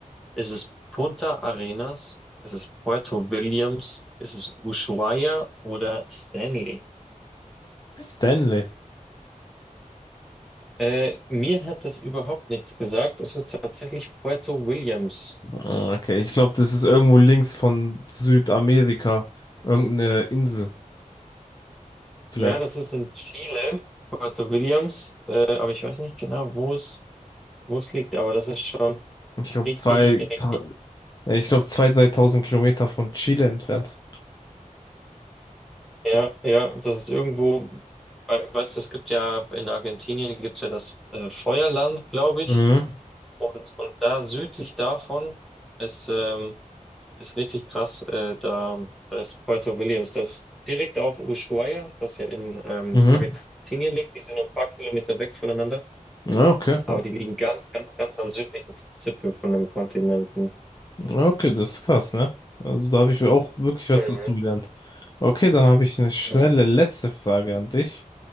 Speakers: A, in the centre; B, on the left.
A: Ist es Punta Arenas? Ist es Puerto Williams? Ist es Ushuaia oder Stanley?
B: Stanley.
A: Äh, mir hat das überhaupt nichts gesagt. Es ist tatsächlich Puerto Williams.
B: Ah, Okay, ich glaube, das ist irgendwo links von Südamerika. Irgendeine Insel, vielleicht.
A: Ja, das ist in Chile, Puerto Williams. Äh, aber ich weiß nicht genau, wo es, wo es liegt. Aber das ist schon
B: Ich glaube,
A: richtig,
B: zwei,
A: richtig
B: ta- äh, ich glaube, zwei, 3.000 Kilometer von Chile entfernt.
A: Ja, ja, das ist irgendwo, bei- weißt du, es gibt ja in Argentinien gibt's ja das äh, Feuerland, glaube ich.
B: Mhm.
A: Und, und da südlich davon ist, ähm, ist richtig krass, äh, da, da ist Puerto Williams. Das ist direkt auch Ushuaia, das ja in ähm,
B: Mhm.
A: Argentinien liegt. Die sind nur ein paar Kilometer weg voneinander,
B: Ja, okay.
A: aber die liegen ganz, ganz, ganz am südlichen Zipfel von dem Kontinenten.
B: Ja, Okay, das ist krass, ne? Also da habe ich auch wirklich was
A: Mhm.
B: dazugelernt. Okay, dann habe ich eine schnelle
A: Mhm.
B: letzte Frage an dich.